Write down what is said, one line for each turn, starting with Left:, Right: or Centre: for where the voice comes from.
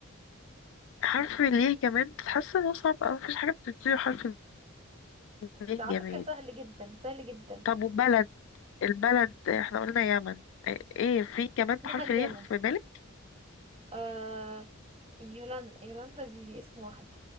Left: حرف الياء جماد حاسة انه صعب اوي مفيش حاجة بتبتدي بحرف الياء
Right: على فكره
Left: جماد
Right: سهل جدا سهل جدا
Left: طب وبلد البلد احنا قلنا يمن ايه في جماد
Right: مع
Left: بحرف
Right: اليمن
Left: الياء في بالك
Right: آه يولان يولاندا دي, دي اسم واحدة